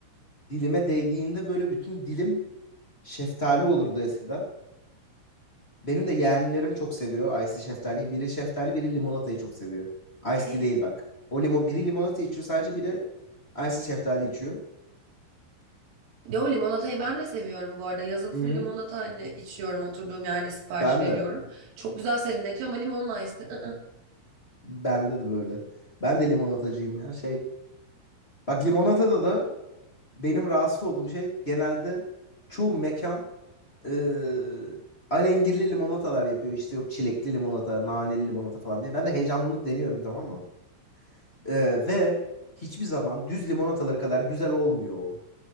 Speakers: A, on the left; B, on the right.
A: dilime değdiğinde böyle bütün dilim şeftali olurdu eskiden. Benim de yeğenlerim çok seviyor Icy şeftaliyi. Biri şeftali, biri limonatayı çok seviyor.
B: <laughs>
A: Ice tea değil bak. O limon, biri limonata içiyor sadece biri Icy şeftali içiyor.
B: Yo limonatayı ben de seviyorum bu arada. Yazın
A: Hı
B: full
A: hı.
B: limonata hani içiyorum oturduğum yerde sipariş
A: Ben
B: veriyorum.
A: de.
B: Çok güzel serinletiyor ama limonla ice tea, ı-ı.
A: Bende de böyle. Ben de limonatacıyım ya. Şey. Bak limonatada da benim rahatsız olduğum şey genelde çoğu mekan eee alengirli limonatalar yapıyor. İşte yok çilekli limonata, naneli limonata falan diye. Ben de heyecanlanıp deniyorum tamam mı? Eee, ve hiçbir zaman düz limonataları kadar güzel olmuyor o.